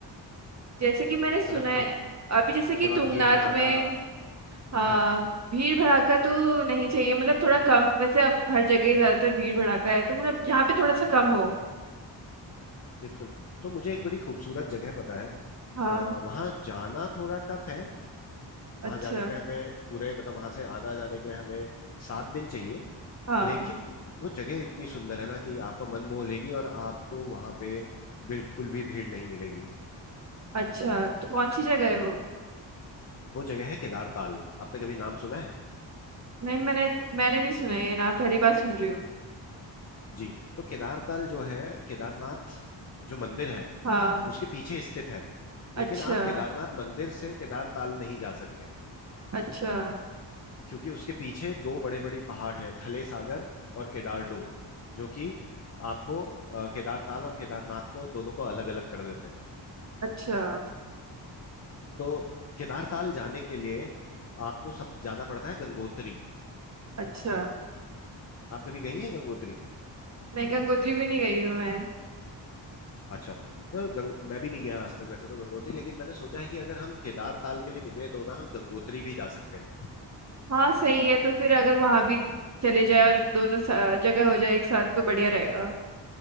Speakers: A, on the right; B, on the left.
A: जैसे कि मैंने सुना
B: मतलब
A: है
B: थो,
A: अभी जैसे कि
B: थोड़ा
A: तुंगनाथ
B: भीड़ भड़ाका
A: में हाँ
B: हाँ
A: भीड़ भड़ाका तो नहीं चाहिए मतलब थोड़ा कम वैसे अब हर जगह ही ज्यादातर भीड़ भड़ाका है तो मतलब यहाँ पे थोड़ा सा कम हो
B: बिल्कुल तो मुझे एक बड़ी खूबसूरत जगह पता है
A: हाँ
B: वहां जाना थोड़ा टफ है
A: अच्छा
B: वहां जाने के लिए हमें पूरे मतलब वहां से आना जाने के लिए हमें सात दिन चाहिए
A: हाँ
B: लेकिन वो जगह इतनी सुंदर है ना कि आपका मन मोह लेगी और आपको वहां पे बिल्कुल भी भीड़ नहीं मिलेगी
A: अच्छा तो कौन सी जगह है वो
B: वो जगह है केदारताल आपने कभी नाम सुना है
A: नहीं मैंने मैंने नहीं सुना है ये नाम पहली बार सुन रही हूँ
B: जी तो केदारताल जो है केदारनाथ जो मंदिर है
A: हाँ
B: उसके पीछे स्थित है
A: अच्छा
B: लेकिन आप केदारनाथ मंदिर से केदारताल नहीं जा सकते
A: अच्छा
B: क्योंकि उसके पीछे दो बड़े बड़ी पहाड़ है थले सागर और केदार डूम जो कि आपको अ, केदार ताल और केदारनाथ को दोनों को अलग अलग कर देते हैं
A: अच्छा
B: तो केदार ताल जाने के लिए आपको सब जाना पड़ता है गंगोत्री
A: अच्छा
B: आप कभी गई हैं गंगोत्री
A: नहीं गंगोत्री भी नहीं गई हूँ मैं
B: अच्छा तो गंग, मैं भी नहीं गया आज तक वैसे तो गंगोत्री लेकिन मैंने सोचा है कि अगर हम केदार ताल के लिए निकले तो ना हम गंगोत्री भी जा सकते हैं
A: हाँ सही है तो फिर अगर वहां भी चले जाए और दोनों सा- जगह हो जाए एक साथ तो बढ़िया रहेगा